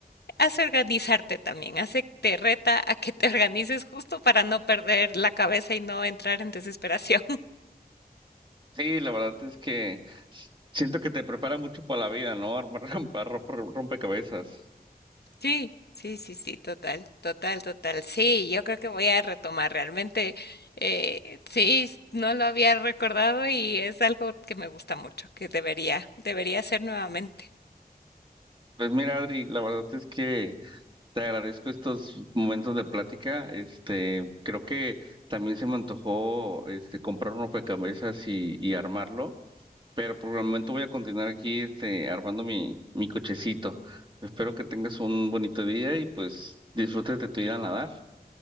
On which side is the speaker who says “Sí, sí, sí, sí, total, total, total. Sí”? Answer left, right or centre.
Left